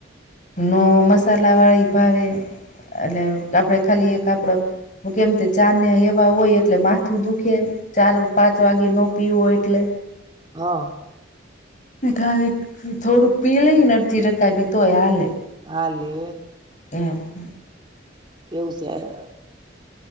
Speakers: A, on the left; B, on the right.
A: નો મસાલા વાળી ભાવે એટલે આપણે ખાલી એક આપડો કેમ કે ચાાન્યા એવા હોય એટલે માથું દુખે ચાર પાંચ વાગ્યે ન પીવું હોય એટલે.
B: હા.
A: ને ખા એક થોડુંક પી લઈને અડથી રખાય બી તોય હાલે.
B: હા લે.
A: ને હમ્મ.
B: કેવું સે?